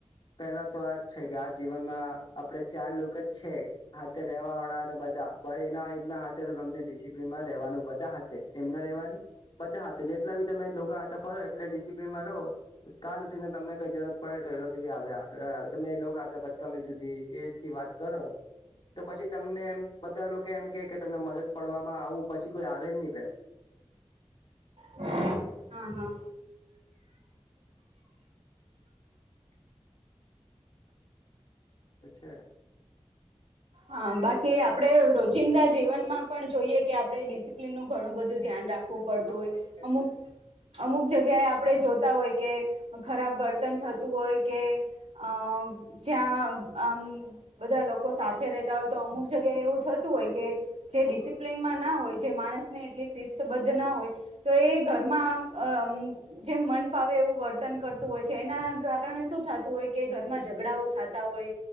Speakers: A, on the left; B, on the right.
A: પેલા તો આજ છે. કે આ જીવનમાં આપડે ચાર લોકો જ છે હાથે રેવા વાળા અને બધા. પણ એના એમના હાથે તમને ડિસિપ્લનમાં રહેવાનું બધા હાથે એમના રહેવાની. બધા હાથે જેટલા બી તમે લો કો હાથે ફરે એટલે ડિસિપ્લનમાં રહો કાલ ઉઠીને તમને કઈ જરૂરત પડે તો એ લોકો બી આવ આગળ આવે તમે એ લોકો બમી સુધી એથી વાત કરો તો પછી તમને એમ બધ લોકો એમ કે કે તમને મદદ પડવામાં આવું પછી કોઈ આવે જ ની પે.
B: હા હા.
A: તો છે.
B: હા બાકી આપડે રોજિંદા જીવનમાં પણ જોઈએ કે આપડે ડિસિપ્લિનનું ઘણું બધું ધ્યાન રાખ ખવું પડતું
A: હા
B: હોય
A: કેમ કે
B: અમુક અમુક જગ્યાએ આપડે જોતા હોય કે ખરાબ વર્તન થતું હોય કે અ જ્યાં અમ બધા લોકો સા થે રહેતા હોય તો અમુક જગ્યાએ એવું થતું હોય કે જે ડિસિપ્લિનમાં ના હોય જે માણસને એટલી શિસ્તબદ્ધ ના હોય તો એ ઘરમાં અમ જેમ મન ફાવે એવું વર્તન કરતું હોય છે એના કારણે શું થતું હોય કે ઘરમાં ઝઘડાઓ થાતા હોય